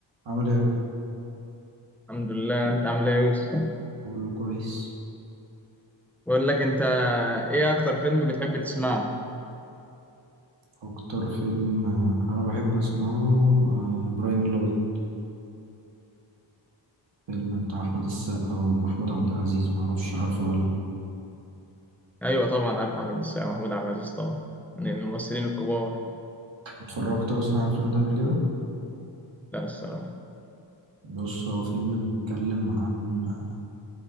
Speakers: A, on the right (about 65°); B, in the centre.
A: عامل ايه
B: الحمد لله انت عامل ايه يا يوسف
A: كله كويس
B: بقول لك انت ايه اكتر فيلم بتحب تسمعه
A: اكتر فيلم آه، انا بحب اسمعه آه، ابراهيم الابيض فيلم بتاع احمد السقا ومحمود عبد العزيز ما اعرفش عارفه ولا لأ.
B: ايوه طبعا عارف احمد السقا محمود عبد العزيز طبعا من الممثلين الكبار
A: اتفرجت اصلا على الفيلم ده قبل كده
B: لا الصراحه
A: بص هو فيلم بيتكلم عن آه،